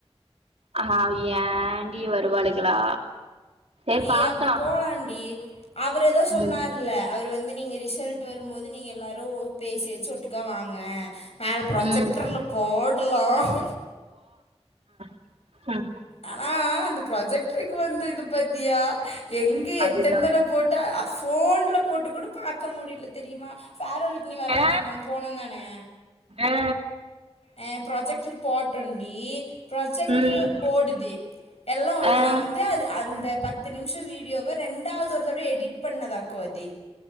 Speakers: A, on the right; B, on the left.
A: ஆஹ் ஏண்டி வருவாளுகளா சேரி
B: ஏய்
A: பாக்கலா
B: அப்படி போலாம்ண்டி அவர் ஏதோ சொன்னார்ல
A: ம்
B: அவரு வந்து நீங்க ரிசல்ட் வரும்போது நீங்க எல்லாரும் பேசி வச்சு ஒட்டுக்கா வாங்க மேல ப்ரஜெக்டர்ல
A: ம்
B: போடலாம்
A: அஹ்
B: ஆனா அந்த ப்ரஜெக்ட் இருக்கு வந்து இது பாத்தியா எங்கே
A: அதுதா
B: எத்தன தடவ போட்டால் ஃபோனில போட்டு கூட பாக் க்க முடியல தெரியுமா ஃபேர்வெலுக்கு நீ வரல
A: ஆ
B: தான நாங்க போனோம் தானே
A: ஆ
B: ஆ ப்ராஜெக்டர் போட்டோம் டி ப்ராஜெக்டரு
A: ம்
B: ஓடுது எல்லாம் ஓடுது
A: ஆ
B: நா வந்து அது அந்த பத்து நிமிஷம் வீடியோவ ரெண்டாவது ஒரு தடவ எடிட் பண்ணதா கோதி